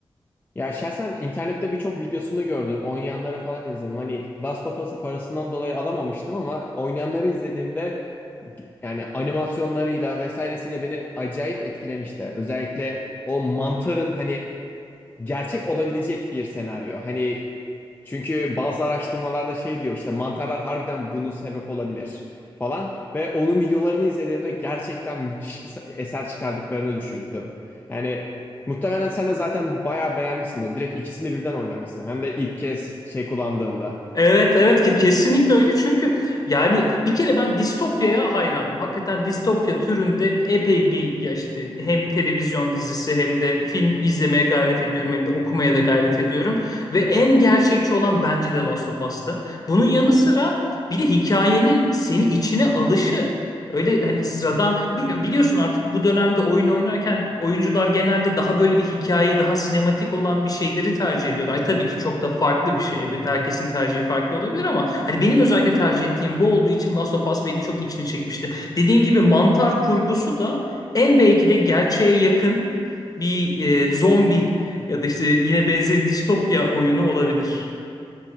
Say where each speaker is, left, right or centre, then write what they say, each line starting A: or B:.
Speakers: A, on the left; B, on the left.
A: Ya şahsen internette birçok videosunu gördüm. Oynayanları falan izledim. Hani Last of Us'ı parasından dolayı alamamıştım ama oynayanları izlediğimde yani animasyonlarıyla vesairesiyle beni acayip etkilemişti. Özellikle o mantarın hani gerçek olabilecek bir senaryo. Hani çünkü bazı araştırmalarda şey diyor işte mantarlar harbiden bunu sebep olabilir falan ve onun videolarını izlediğimde gerçekten müthiş bir eser çıkardıklarını düşündüm. Yani muhtemelen sen de zaten bayağı beğenmişsindir. Direkt ikisini birden oynamışsın. Hem de ilk kez şey kullandığında.
B: Evet evet ke- kesinlikle öyle çünkü yani bir kere ben distopyaya hayranım. Hakikaten distopya türünde epey bir ya işte hem televizyon dizisi hem de film izlemeye gayret ediyorum hem de okumaya da gayret ediyorum. Ve en gerçekçi olan bence de Last of Us'tı. Bunun yanı sıra bir de hikayenin seni içine alışı. Öyle hani sıradan e, Bi- biliyorsun artık bu dönemde oyun oynarken oyuncular genelde daha böyle bir hikayeyi daha sinematik olan bir şeyleri tercih ediyorlar. Ay, tabii ki çok da farklı bir şey. Evet herkesin tercihi farklı olabilir ama hani benim özellikle tercih ettiğim bu olduğu için Last of Us beni çok içine çekmişti. Dediğin gibi mantar kurgusu da en belki de gerçeğe yakın bir e, zombi ya da işte yine benzeri distopya oyunu olabilir.